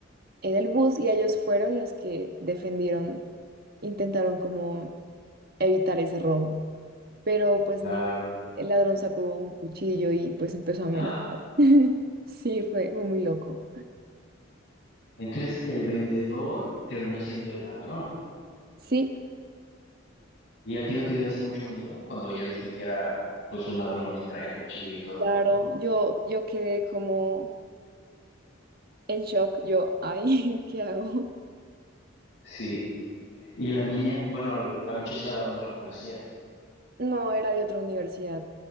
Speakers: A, on the right; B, on the left.
A: en el bus y ellos fueron los que defendieron, intentaron como evitar ese robo. Pero pues
B: claro.
A: nada, el ladrón sacó un cuchillo y pues empezó a amenazar.
B: ¡Ah!
A: <laughs> Sí, fue, fue muy loco.
B: Entonces, el vendedor terminó siendo el ladrón.
A: Sí,
B: ¿Y a ti no te dio así mucho miedo cuando ya viste que era pues un ladrón y traía cuchillo y todo?
A: claro, yo, yo quedé como en shock, yo, ay, <laughs> ¿qué hago?
B: Sí. Y la niña, bueno, l- la muchacha al lado no la conocías.
A: No, era de otra universidad